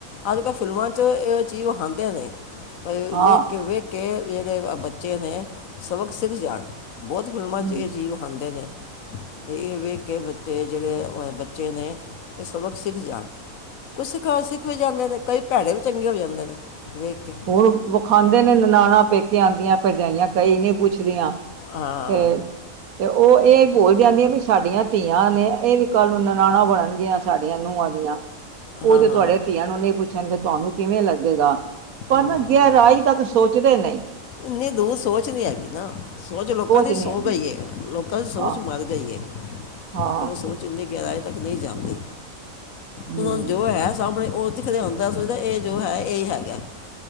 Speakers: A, on the left (about 70°); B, on the right (about 75°).
A: ਅੱਜ ਕੱਲ ਫਿਲਮਾਂ 'ਚ ਇਹ ਚੀਜ਼ ਵਿਖਾਂਦੇ ਨੇ। ਬਈ
B: ਹਾਂ
A: ਲੇਖ ਕੇ ਵੇਖ ਕੇ ਜੇੜੇ ਬੱਚੇ ਨੇ ਸਬਕ ਸਿੱਖ ਜਾਣ। ਬੋਤ ਫਿਲਮਾਂ
B: ਹਮ
A: 'ਚ ਏ ਚੀਜ਼ ਵਿਖਾਂਦੇ ਨੇ ਵੀ ਏ ਵੇਖ ਕੇ ਬੱਚੇ ਜੇੜੇ ਬੱਚੇ ਨੇ ਏ ਸਬਕ ਸਿੱਖ ਜਾਣ। ਕੁਛ ਸਿਖਾਉ ਸਿਖ ਵੀ ਜਾਂਦੇ ਨੇ ਕਈ ਭੈੜੇ ਵੀ ਚੰਗੇ ਹੋ ਜਾਂਦੇ ਨੇ ਵੇਖ ਕੇ
B: ਓ ਵਖਾਂਦੇ ਨੇ ਨਨਾਣਾ ਪੇਕੇ ਆਂਦੀਆਂ ਭਰਜਾਈਆਂ ਕਈ ਨਈ ਪੁੱਛਦੀਆਂ।
A: ਹਾਂ
B: ਤੇ ਤੇ ਓ ਇਹ ਭੁਲ ਜਾਂਦੀਆਂ ਵੀ ਸਾਡੀਆਂ ਧੀਆਂ ਨੇ ਏ ਵੀ ਕੱਲ ਨੂੰ ਨਨਾਣਾ ਬਣਨਗੀਆਂ। ਸਾਡੀਆਂ ਨੂੰਹਾਂ ਦੀਆਂ ਓ
A: ਹਾਂ
B: ਜੇ ਤੁਹਾਡੇ
A: ਹਾਂ
B: ਧੀਆਂ ਨੂੰ ਨਈ ਪੁੱਛਣਗੇ ਤੁਹਾਨੂੰ ਕਿਵੇਂ ਲੱਗੇਗਾ। ਪਰ
A: ਹਮ,
B: ਨਾ,
A: ਹਮ
B: ਗਹਿਰਾਈ ਤੱਕ ਸੋਚਦੇ ਨਹੀ
A: ਇੰਨੀ ਦੂਰ ਸੋਚ ਨੀ ਹੈਗੀ ਨਾ। ਸੋਚ ਲੋਕਾਂ ਦੀ
B: ਨੀ
A: ਸੋ
B: ਹੈਗੀ
A: ਗਈ ਏ। ਲੋਕਾਂ ਦੀ ਸੋਚ
B: ਹਾਂ
A: ਮਰ ਗ‌ਈ ਏ।
B: ਹਾਂ
A: ਲੋਕਾਂ ਦੀ ਸੋਚ ਇੰਨੀ ਗਹਿਰਾਈ ਤੱਕ ਨਈ ਜਾਂਦੀ।
B: ਹਮ
A: ਤੇ ਹੁਨ ਜੋ ਹੈ ਸਾਹਮਣੇ ਉਹ ਦਿਖ ਰਿਹਾ ਹੁੰਦਾ। ਸੋਚਦਾ ਇਹ ਜੋ ਹੈ ਏਹਿ ਹੈਗਾ